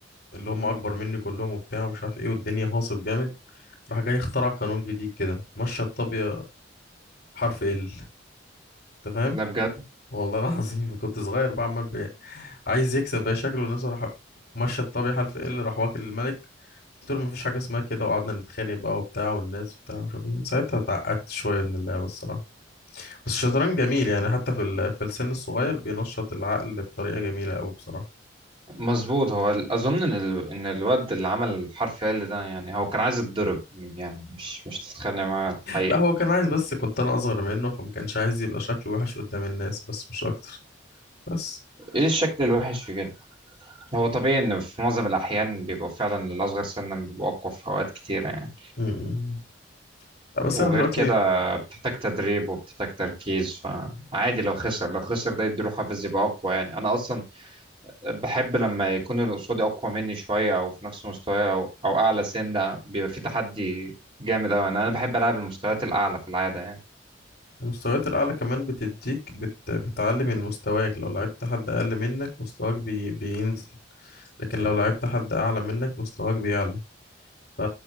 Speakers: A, on the left; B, on the right.
A: اللي هم أكبر مني كلهم وبتاع ومش عارف ايه والدنيا هاصب جامد راح جاي اخترع قانون جديد كده مشى الطابية حرف ال انت فاهم
B: ده بجد
A: والله العظيم <laughs> كنت صغير بقى عمال ب... عايز يكسب بقى شكله الناس راح مشى الطبيعة حلف ايه اللي راح واكل الملك قلت له مفيش حاجة اسمها كده وقعدنا نتخانق بقى وبتاع والناس بتاع مش عارف إيه. من ساعتها اتعقدت شوية من اللعبة الصراحة بس الشطرنج جميل يعني حتى في ال... في السن الصغير بينشط العقل بطريقة جميلة أوي بصراحة
B: مظبوط هو ال- اظن ان ال- ان الواد اللي عمل الحرف ال ده يعني هو كان عايز يتضرب يعني مش مش تتخانق معاه الحقيقه
A: لا هو كان عايز بس كنت أنا أصغر منه فما كانش عايز يبقى شكله وحش قدام الناس بس مش أكتر بس
B: ايه الشكل الوحش في كده هو طبيعي ان في معظم الاحيان بيبقوا فعلا الاصغر سنا بيبقوا اقوى في اوقات كتيره يعني
A: م- م. لا بس
B: وغير
A: أنا دلوقتي
B: كده بتحتاج تدريب وبتحتاج تركيز فعادي لو خسر لو خسر ده يديله حافز يبقى اقوى يعني انا اصلا بحب لما يكون اللي قصادي اقوى مني شويه او في نفس مستواي او او اعلى سنه بيبقى في تحدي جامد قوي انا أنا بحب العب المستويات الاعلى في العاده يعني
A: المستويات الأعلى كمان بتديك بت... بتعلي من مستواك لو لعبت حد أقل منك مستواك بي... بينزل لكن لو لعبت حد أعلى منك مستواك بيعلى ف